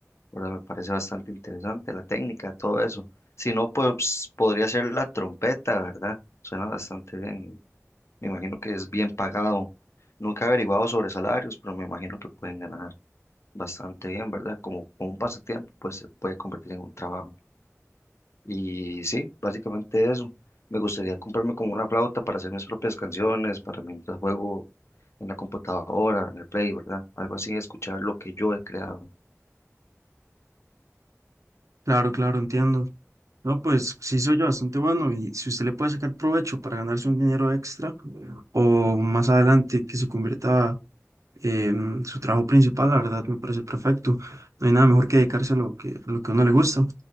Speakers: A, on the left; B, on the right.
A: ¿verdad? Me parece bastante interesante la técnica, todo eso. Si no, pues podría ser la trompeta, ¿verdad? Suena bastante bien. Me imagino que es bien pagado. Nunca he averiguado sobre salarios, pero me imagino que pueden ganar bastante bien, ¿verdad? Como, como un pasatiempo, pues se puede convertir en un trabajo. Y sí, básicamente eso. Me gustaría comprarme como una flauta para hacer mis propias canciones, para mientras juego en la computadora, en el Play, ¿verdad? Algo así, escuchar lo que yo he creado.
B: Claro, claro, entiendo. No, pues sí se oye bastante bueno y si usted le puede sacar provecho para ganarse un dinero extra o más adelante que se convierta en su trabajo principal, la verdad me parece perfecto. No hay nada mejor que dedicarse a lo que, a lo que a uno le gusta.